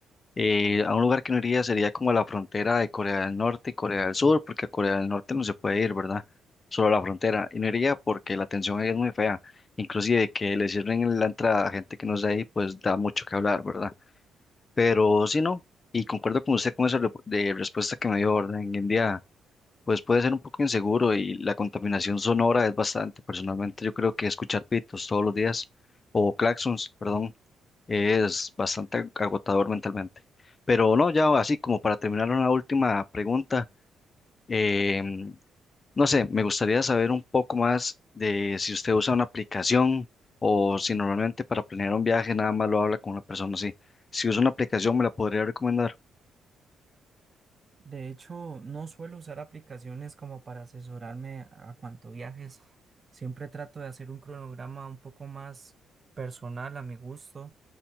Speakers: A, on the left; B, on the right.
A: Eh, a un lugar que no iría sería como a la frontera de Corea del Norte y Corea del Sur, porque a Corea del Norte no se puede ir, ¿verdad? Solo a la frontera. Y no iría porque la atención ahí es muy fea. Inclusive que le cierren la entrada a gente que no es de ahí, pues da mucho que hablar, ¿verdad? Pero sí, no. Y concuerdo con usted con esa re- de respuesta que me dio, ¿verdad? En India pues puede ser un poco inseguro y la contaminación sonora es bastante. Personalmente yo creo que escuchar pitos todos los días o claxons, perdón, es bastante agotador mentalmente. Pero no, ya así como para terminar una última pregunta, eh, no sé, me gustaría saber un poco más de si usted usa una aplicación o si normalmente para planear un viaje nada más lo habla con una persona así. Si usa una aplicación, ¿me la podría recomendar?
B: De hecho, no suelo usar aplicaciones como para asesorarme a cuanto viajes. Siempre trato de hacer un cronograma un poco más personal a mi gusto.